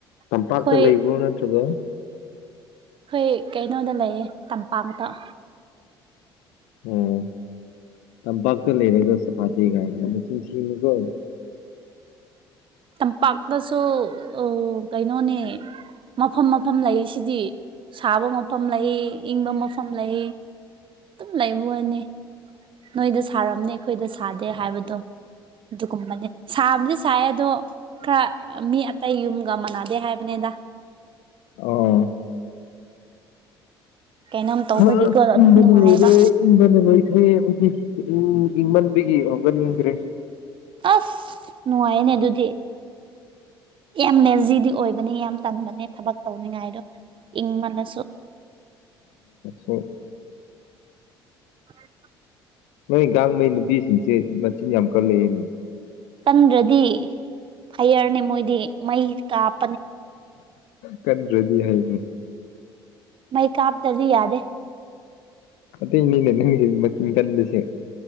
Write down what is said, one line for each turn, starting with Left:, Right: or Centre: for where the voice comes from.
Left: ꯇꯝꯄꯥꯛꯇ
Right: ꯑꯩꯈꯣꯏ
Left: ꯂꯩꯕ꯭ꯔꯣ ꯅꯠꯇ꯭ꯔꯒ
Right: ꯑꯩꯈꯣꯏ ꯀꯩꯅꯣꯗ ꯂꯩꯌꯦ ꯇꯝꯄꯥꯛꯇ
Left: ꯑꯣ ꯇꯝꯄꯥꯛꯥꯛꯇ ꯂꯩꯔꯦꯒ ꯁ ꯐꯥꯗ ꯀꯥꯟꯅ ꯆꯤꯟ ꯊꯤꯅꯨꯀꯣ
Right: ꯇꯝꯄꯥꯛꯇꯁꯨ ꯑ ꯀꯩꯅꯣꯅꯦ ꯃꯐꯝ ꯃꯐꯝ ꯂꯩꯁꯤꯗꯤ ꯁꯥꯕ ꯃꯐꯝ ꯂꯩ ꯏꯪꯕ ꯃꯐꯝ ꯂꯩ ꯇ ꯂꯩꯥꯏꯕꯅꯤ ꯅꯣꯏꯗ ꯁꯥꯔꯝꯅꯦ ꯑꯩꯈꯣꯏꯗ ꯁꯥꯗꯦ ꯍꯥꯏꯕꯗꯣ ꯑꯗꯨꯒꯨꯝꯕꯅꯦ ꯁꯥꯕꯗꯤ ꯁꯥꯏꯌꯦ ꯑꯗꯣ ꯈꯔ ꯃꯤ ꯑꯇꯩ ꯌꯨꯝꯒ ꯃꯥꯟꯅꯗꯦ ꯍꯥꯏꯕꯅꯤꯗ
Left: ꯑꯣ
Right: ꯀꯩꯅꯣꯝ ꯇꯧꯕꯒꯤꯀꯣ
Left: ꯍꯥ
Right: ꯑꯗꯨꯝ
Left: ꯏꯕꯅ
Right: ꯅꯨꯡꯉꯥꯏꯕ
Left: ꯑꯣꯈꯣꯏꯔꯦ ꯏꯟꯕꯅ ꯃꯣꯏꯈꯦ ꯎ ꯎꯝ ꯏꯃꯟꯕꯤꯒꯕꯅꯤꯗ꯭ꯔꯦ
Right: ꯑꯁ ꯅꯅꯨꯡꯉꯥꯏꯅꯦ ꯑꯗꯨꯗꯤ ꯌꯥꯝ ꯅꯦꯖꯤꯗꯤ ꯑꯣꯏꯕꯅꯦ ꯌꯥꯝ ꯇꯟꯕꯅꯦ ꯊꯕꯛ ꯇꯧꯅꯤꯡꯉꯥꯏꯗꯣ ꯏꯪꯕꯅꯁꯨ
Left: ꯁꯣ
Right: ꯑ
Left: ꯅꯣꯏ ꯒꯥꯡꯉꯩ ꯅꯨꯄꯤꯁꯤꯡꯁꯦ ꯃꯆꯤꯟ ꯌꯥꯝ ꯀꯂꯛꯑꯦꯅꯦ
Right: ꯀꯟꯗ꯭ꯔꯗꯤ ꯐꯌꯔꯅꯦ ꯃꯣꯏꯗꯤ ꯃꯩ ꯀꯥꯞ
Left: ꯀꯟꯗ꯭ꯔꯗꯤ ꯍꯥꯏꯅꯤ
Right: ꯃꯥꯏ ꯀꯥꯞ ꯇꯗꯤ ꯌꯥꯗꯦ
Left: ꯑꯇꯩꯅꯦꯅꯦ ꯅꯪ ꯃꯀꯤ ꯀꯟꯕꯁꯦ